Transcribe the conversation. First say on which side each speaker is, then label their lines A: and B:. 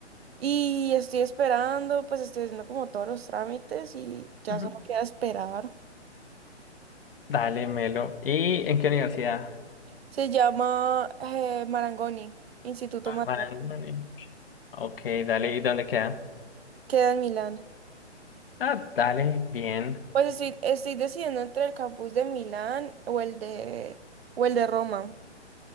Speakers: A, on the right (about 60°); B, on the left (about 55°).
A: Y estoy esperando, pues estoy haciendo como todos los trámites y ya
B: Ujú.
A: solo queda esperar.
B: Dale, Melo. ¿Y en qué universidad?
A: Se llama eh, Marangoni, Instituto
B: Ah,
A: Marangoni,
B: Marangoni. Ok, dale, ¿y dónde queda?
A: queda en Milán.
B: Ah, dale, bien.
A: Pues estoy, estoy decidiendo entre el campus de Milán o el de, o el de Roma.